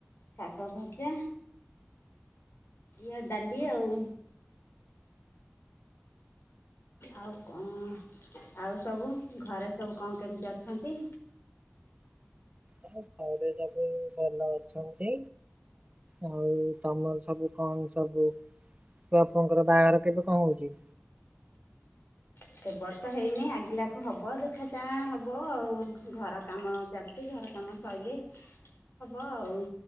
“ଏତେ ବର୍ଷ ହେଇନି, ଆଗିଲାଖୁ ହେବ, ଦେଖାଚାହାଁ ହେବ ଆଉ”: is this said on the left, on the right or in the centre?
Left